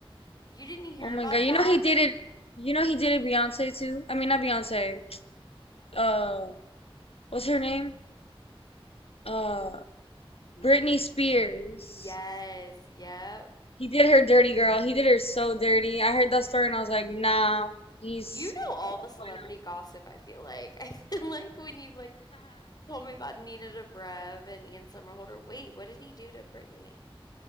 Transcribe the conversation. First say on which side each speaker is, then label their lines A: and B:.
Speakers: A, on the left; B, on the left.
A: you didn't hear
B: Oh my
A: about
B: God. You
A: that?
B: know he did it you know he did it Beyonce too? I mean not Beyonce. Uh what's her name? Uh Britney Spears.
A: Yes, yep.
B: He did her dirty girl. He did her so dirty. I heard that story and I was like, nah, he's
A: You know all
B: no
A: the celebrity
B: bueno.
A: gossip, I feel like. <laughs> I feel like when you like told me about Nina Dobrev and Ian Somerhalder, wait, what did he do to Britney